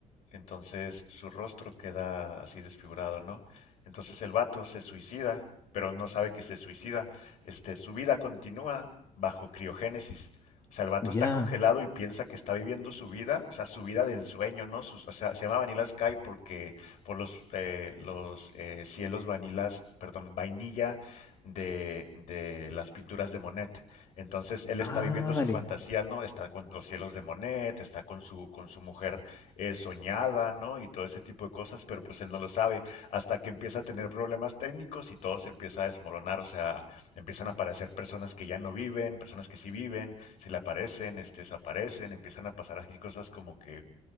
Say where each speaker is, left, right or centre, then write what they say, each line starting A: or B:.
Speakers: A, on the left; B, on the left.
A: entonces su rostro queda así desfigurado, ¿no? Entonces el vato se suicida, pero no sabe que se suicida. Este, su vida continúa bajo criogénesis. O sea, el vato
B: Ya.
A: está congelado y piensa que está viviendo su vida, o sea, su vida de ensueño, ¿no? Sus- o sea, se llama Vanilla Sky porque por los, eh, los eh, cielos vanilas, perdón, vainilla de, de las pinturas de Monet. Entonces él
B: Ah,
A: está viviendo su
B: vale.
A: fantasía, ¿no? Está con los cielos de Monet, está con su, con su mujer eh, soñada, ¿no? Y todo ese tipo de cosas, pero pues él no lo sabe hasta que empieza a tener problemas técnicos y todo se empieza a desmoronar, o sea, empiezan a aparecer personas que ya no viven, personas que sí viven, se le aparecen, este, desaparecen, empiezan a pasar así cosas como que